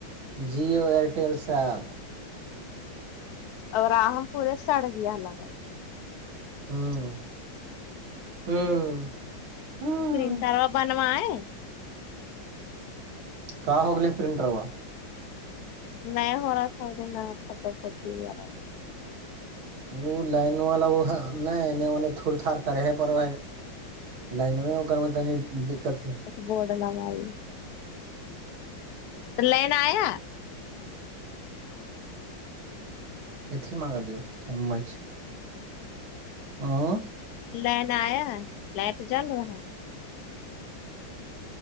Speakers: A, on the right; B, on the left.
A: جیو ایئرٹیل سب
B: اور راہم پورے سڑ گیا ح ال
A: ہاں ہوں ہوں
B: کرریم کروا بنوائے
A: <unintelligible>
B: <unintelligible>
A: وہ لائن والا وہ ہے نہیں انے انے تھڑ تھڑ کرے ہے پر وہ لائن میں وہ کر میں تنی دقت ہے
B: بڈ لگاائی لین آیا <unintelligible>
A: اتھر مگاالو چمچھ ہوں <unintelligible>
B: لائین آیا ہے لائٹ چل رہا ہے